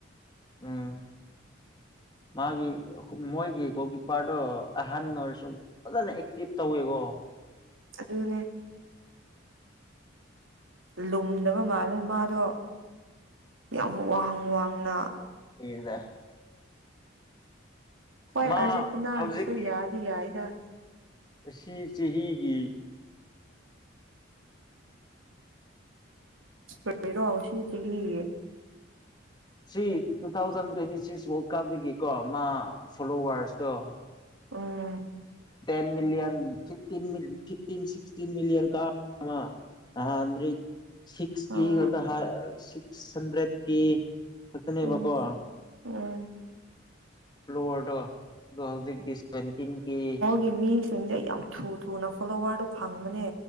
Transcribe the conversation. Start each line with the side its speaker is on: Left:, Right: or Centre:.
Left: ꯎꯝ ꯃꯥꯒꯤ ꯃꯣꯏꯒꯤ ꯒꯣꯜ ꯀꯤꯞꯄꯥꯔꯗꯣ ꯑꯍꯟ ꯑꯣꯏꯔꯁꯨꯨ ꯐꯖꯅ ꯑꯦꯛꯇꯤꯚ ꯇꯧꯋꯦꯀꯣ
Right: ꯑꯗꯨꯅꯦ ꯂꯨꯝꯗꯕ ꯃꯥꯜꯂꯦ ꯃꯥꯗꯣ ꯌꯥꯝ ꯋꯥꯡ ꯋꯥꯡꯅ
Left: ꯀꯤꯅꯤꯗ
Right: ꯍꯣꯏ ꯑꯥꯔꯖꯦꯟꯇꯤꯅꯥꯒꯤꯗꯨꯁꯨ
Left: ꯃꯥ ꯍꯧꯖꯤꯛ
Right: ꯌꯥꯗꯤ ꯌꯥꯏꯗ
Left: ꯑꯁꯤ ꯆꯍꯤꯒꯤ
Right: ꯀꯔꯤꯔꯣ ꯑꯁꯤ ꯆꯍꯤꯒꯤ
Left: ꯁꯤ two thousand twenty six world ꯀꯞꯗꯒꯤꯀꯣ ꯃꯥ ꯐꯣꯂꯣꯋꯥꯔꯁꯇꯣ
Right: ꯎꯝ
Left: ten million fifteen meal fifteen sixteen million ꯀ ꯃꯥ ꯅꯍꯥꯟꯗ꯭ꯔꯤ ꯁꯤꯛꯁ ꯀꯦ
Right: ꯑꯥ
Left: ꯈꯛꯇ ꯍꯥ ꯁꯤꯁ ꯍꯟꯗ꯭ꯔꯦꯠ ꯀꯦ ꯒꯠꯇꯅꯦꯕꯀꯣ
Right: ꯎꯝ ꯎꯝ
Left: ꯄ꯭ꯂꯣꯋꯔꯗꯣ ꯑꯗꯣ ꯍꯧꯖꯤꯛꯗꯤ ꯁꯚꯦꯟꯇꯤꯟ ꯀꯦ
Right: ꯒꯤ ꯃꯤꯁꯤꯡꯁꯦ ꯌꯥꯝ ꯊꯨ ꯊꯨꯅ ꯐꯣꯂꯣꯋꯥꯔꯗꯣ ꯐꯪꯕꯅꯦ